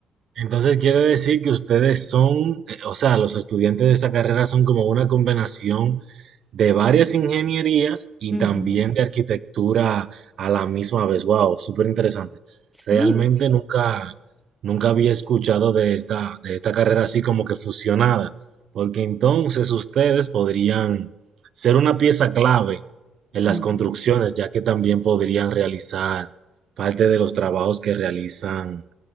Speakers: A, on the right; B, in the centre.
A: Entonces quiere decir que ustedes son, eh, o sea, los estudiantes de esa carrera son como una combinación de varias ingenierías y
B: Ujú,
A: también de arquitectura a la misma vez. Wow, súper interesante.
B: Sí,
A: Realmente nunca, nunca había escuchado de esta, de esta carrera así como que fusionada, porque entonces ustedes podrían ser una pieza clave en las
B: Ujú.
A: construcciones, ya que también podrían realizar parte de los trabajos que realizan